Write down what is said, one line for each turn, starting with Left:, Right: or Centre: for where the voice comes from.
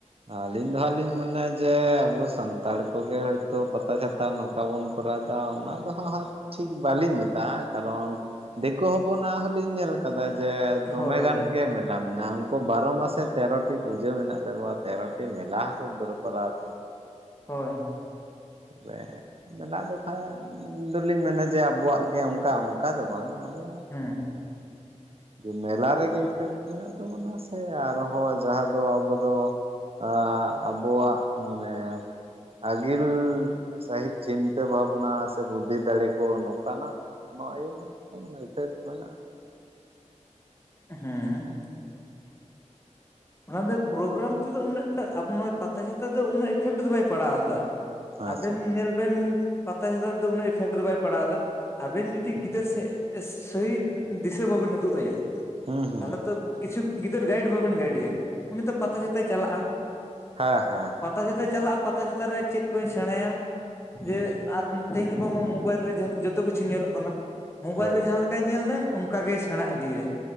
Right: ᱟᱹᱞᱤᱧ ᱫᱚ ᱦᱟᱸᱜ ᱞᱤᱧ ᱢᱮᱱᱟ ᱡᱮ ᱟᱵᱚ ᱥᱟᱱᱛᱟᱲ ᱠᱚᱜᱮ ᱦᱳᱭᱛᱳ ᱯᱟᱛᱟ ᱪᱷᱟᱛᱟ ᱱᱚᱠ -ᱠᱟ ᱵᱚᱱ ᱠᱚᱨᱟᱣᱫᱟ, ᱚᱱᱟ ᱫᱚ ᱦᱟᱸᱜ ᱴᱷᱤᱠ ᱵᱟᱹᱞᱤᱧ ᱢᱮᱛᱟᱜᱼᱟ, ᱠᱟᱨᱚᱱ ᱫᱮᱠᱤ ᱦᱚᱯᱚᱱᱟᱜ ᱦᱚᱸᱞᱤᱧ ᱧᱮᱞ ᱠᱟᱫᱟ ᱡᱮ ᱫᱚᱢᱮᱜᱟᱱ
Left: ᱦᱳᱭ ᱦᱳᱭ
Right: ᱜᱮ ᱢᱮᱞᱟ ᱢᱮᱱᱟᱜᱼᱟ, ᱩᱱᱠᱩ ᱵᱟᱨᱚ ᱢᱟᱥᱮ ᱛᱮᱨᱚᱴᱤ ᱯᱩᱡᱟᱹ ᱢᱮᱱᱟᱜ ᱛᱟᱠᱚᱣᱟ᱾ ᱛᱮᱨᱚᱴᱤ ᱢᱮᱞᱟ ᱦᱚᱸᱠᱚ ᱵᱮᱨ ᱠᱚᱟᱣ ᱛᱟᱦᱮᱱᱟ᱾
Left: ᱦᱳᱭ᱾
Right: ᱛᱚᱵᱮ, ᱢᱮᱞᱟ ᱫᱚ ᱠᱷᱟᱱ ᱫᱚᱞᱤᱧ ᱢᱮᱱᱟ ᱡᱮ ᱟᱵᱚᱣᱟᱜ ᱜᱮ ᱚᱱᱠᱟ ᱚᱱᱠᱟ ᱫᱚ ᱵᱟᱝ, ᱟᱫᱚ
Left: ᱦᱮᱸ᱾
Right: ᱡᱮ ᱢᱮᱞᱟ ᱨᱮᱜᱮ ᱯᱮ <unintelligible> ᱛᱟᱵᱚᱱᱟ, ᱥᱮ ᱟᱨᱦᱚᱸ ᱡᱟᱦᱟᱸ ᱫᱚ ᱟᱵᱚ ᱫᱚ ᱮ ᱟᱵᱚᱣᱟᱜ ᱢᱟᱱᱮ ᱟᱹᱜᱤᱞ ᱥᱟᱹᱦᱤᱡ ᱪᱤᱱᱛᱟᱹ ᱵᱷᱟᱵᱽᱱᱟ ᱥᱮ ᱵᱩᱫᱽᱫᱷᱤ ᱫᱟᱲᱮ ᱠᱚ ᱱᱚᱝᱠᱟᱱᱟᱜ᱾ ᱠᱳᱱᱳ ᱤᱭᱟᱹ ᱢᱮᱱᱟᱜ ᱛᱟᱵᱚᱱᱟ, ᱤᱯᱷᱮᱠᱴ ᱢᱮᱱᱟᱜᱼᱟ᱾
Left: ᱦᱮᱸ᱾ ᱚᱱᱟ ᱫᱚ ᱯᱨᱳᱜᱨᱟᱢ ᱛᱮᱫᱚ ᱩᱱᱟᱹᱜ ᱮᱴᱟ ᱟᱵᱚ ᱱᱚᱜ-ᱚᱭ ᱯᱟᱛᱟᱪᱷᱟᱛᱟ ᱫᱚ ᱩᱱᱟᱹᱜ ᱤᱯᱷᱮᱠᱴ ᱫᱚ ᱵᱟᱭ ᱯᱟᱲᱟᱣ ᱮᱫᱟ᱾
Right: ᱟᱪᱪᱷᱟ
Left: ᱟᱵᱮᱱ ᱧᱮᱞ ᱵᱮᱱ ᱯᱟᱛᱟ ᱪᱷᱟᱛᱟ ᱛᱮ ᱫᱚ ᱩᱱᱟᱹᱜ ᱤᱯᱷᱮᱠᱴ ᱫᱚ ᱵᱟᱭ ᱯᱟᱲᱟᱣᱮᱫᱟ᱾ ᱟᱵᱮᱱ ᱡᱩᱫᱤ ᱜᱤᱫᱟᱹᱨ ᱥᱮᱫ ᱥᱟᱹᱦᱤ ᱫᱤᱥᱟᱹ ᱵᱟᱵᱮᱱ ᱩᱫᱩᱜ ᱟᱭᱟ,
Right: ᱦᱩᱸ ᱦᱩᱸ
Left: ᱛᱟᱦᱞᱮ
Right: ᱦᱩᱸ
Left: ᱛᱚ ᱠᱤᱪᱷᱩ ᱜᱤᱫᱟᱹᱨ ᱜᱟᱭᱤᱰ ᱵᱟᱵᱮᱱ ᱜᱟᱭᱤᱰ ᱮᱭᱟ, ᱩᱱᱤ ᱫᱚ ᱯᱟᱛᱟ ᱡᱷᱟᱛᱮᱭ ᱪᱟᱞᱟᱜᱼᱟ᱾
Right: ᱦᱮᱸ ᱦᱮᱸ
Left: ᱯᱟᱛᱟ ᱪᱷᱟᱛᱟ ᱪᱟᱞᱟᱜ-ᱟ ᱯᱟᱛᱟ ᱪᱷᱟᱛᱟ ᱨᱮ ᱪᱮᱫ ᱠᱚᱧ ᱥᱮᱬᱟᱭᱟ
Right: ᱦᱩᱸ
Left: ᱡᱮ ᱟᱨᱼᱼᱼ ᱛᱮᱦᱮᱧ ᱜᱟᱯᱟ ᱢᱟ ᱢᱳᱵᱟᱭᱤᱞ ᱨᱮ ᱡᱷᱚ ᱡᱚᱛᱚ ᱠᱤᱪᱷᱩ ᱧᱮᱞᱚᱜ ᱠᱟᱱᱟ, ᱢᱳᱵᱟᱭᱤᱞ
Right: ᱦᱳᱭ
Left: ᱨᱮ ᱡᱟᱦᱟᱸ ᱞᱮᱠᱟ ᱠᱟᱭ ᱧᱮᱞ ᱫᱟᱭ ᱚᱱᱠᱟᱜᱮ ᱥᱮᱬᱟ ᱤᱫᱤᱭᱮᱫᱟᱭ